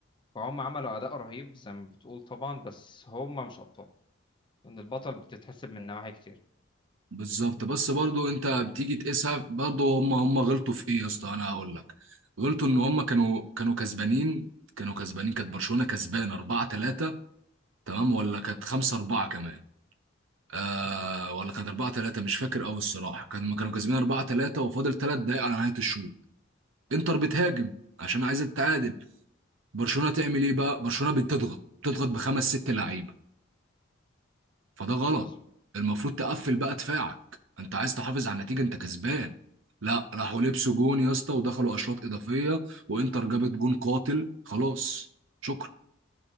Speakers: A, on the left (about 25°); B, on the right (about 75°).
A: فهم عملوا أداء رهيب زي ما بتقول طبعا بس هم مش أبطال إن البطل بتتحسب من نواحي كتير
B: بالظبط بس برضو انت بتيجي تقيسها برضو هم هم غلطوا في ايه يا اسطى انا هقول لك غلطوا ان هم كانوا كانوا كسبانين كانوا كسبانين كانت برشلونة كسبان 4 3 تمام ولا كانت 5 4 كمان آه
A: مهم.
B: ولا كانت 4 3 مش فاكر قوي الصراحة كانوا كانوا كسبانين 4 3 وفاضل 3 دقايق على نهاية الشوط انتر بتهاجم عشان عايزة تتعادل برشلونة تعمل ايه بقى برشلونة بتضغط بتضغط بخمس ست لعيبة فده غلط
A: مظبوط.
B: المفروض تقفل بقى دفاعك انت عايز تحافظ على النتيجه انت كسبان لا راحوا لبسوا جون يا اسطى ودخلوا اشواط اضافيه وانتر جابت جون قاتل خلاص شكرا